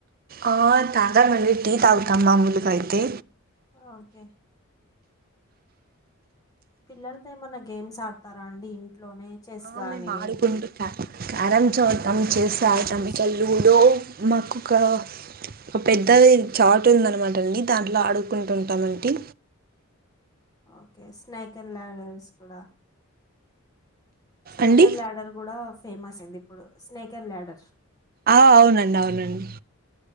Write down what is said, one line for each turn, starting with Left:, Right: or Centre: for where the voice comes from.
Right: ఆహ్ తాగానండి టీ తాగుతా మామూలుగా అయితే
Left: ఓకే. పిల్లలతో ఏమన్నా గేమ్స్ ఆడతారా అండి ఇంట్లోనే. చెస్
Right: మామూలుగా
Left: గానీ
Right: అయితే క్యారమ్స్ ఆడుతాం చెస్
Left: క్యారమ్స్
Right: ఆడుతాం ఇంకా లూడో. మాకు ఒక. ఒక పెద్దది చాట్ ఉందనమాటండి దాంట్లో ఆడుకుంటుంటామండి.
Left: ఓకే స్నాక్ అండ్ ల్యాడర్స్ కూడా. స్నేక్
Right: అండి
Left: అండ్ ల్యాడర్ కూడా ఫేమస్ అయింది ఇప్పుడు స్నేక్ అండ్ ల్యాడర్.
Right: ఆహ్ అవునండి అవునండి.